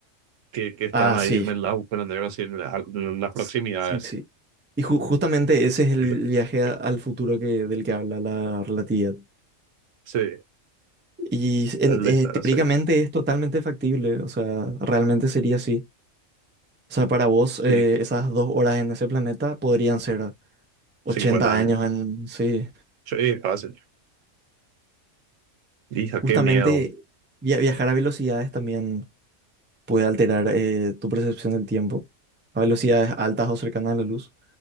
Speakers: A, on the right (about 75°); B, on the right (about 15°).
A: que, que están
B: ah,
A: ahí
B: sí,
A: en el lago, pero así, en, la- en las proximidades.
B: s- sí, sí. Y ju- justamente ese es el
A: <laughs>
B: viaje a- al futuro que, del que habla la relatividad.
A: Sí,
B: Y
A: el
B: en- eh,
A: de estar
B: teóricamente
A: así.
B: es totalmente factible, o sea, realmente sería así. O sea, para vos,
A: Sí,
B: eh, esas dos horas en ese planeta podrían ser
A: 50
B: 80
A: años.
B: años en... Sí.
A: Sí, fácil. Hija,
B: Justamente
A: qué miedo.
B: via- viajar a velocidades también puede alterar eh, tu percepción del tiempo a velocidades altas o cercanas a la luz.